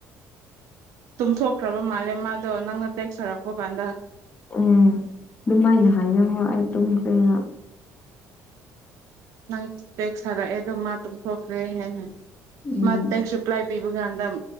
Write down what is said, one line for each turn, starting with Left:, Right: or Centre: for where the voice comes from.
Right: ꯇꯨꯝꯊꯣꯛꯈ꯭ꯔꯥꯕ ꯃꯥꯜꯂꯦ ꯃꯥꯗꯣ ꯅꯪꯅ ꯇꯦꯛꯁ ꯁꯔꯛꯄ ꯀꯥꯟꯗ
Left: ꯎꯝ ꯑꯗꯨꯃꯥꯏꯅ ꯍꯥꯏꯌꯣ ꯍꯣꯏ ꯑꯩ ꯇꯨꯝꯈ꯭ꯔꯦꯅ
Right: ꯅꯪ ꯇꯦꯛꯁ ꯊꯔꯛꯑꯦ ꯑꯗꯨ ꯃꯥ ꯇꯨꯝꯊꯣꯛꯈ꯭ꯔꯦ ꯍꯥꯏꯅ ꯍꯟ
Left: ꯎꯝ
Right: ꯃꯥ ꯇꯦꯛꯁꯁꯨ ꯄ꯭ꯂꯥꯏ ꯄꯤꯕ ꯀꯥꯟꯗ ꯎꯝ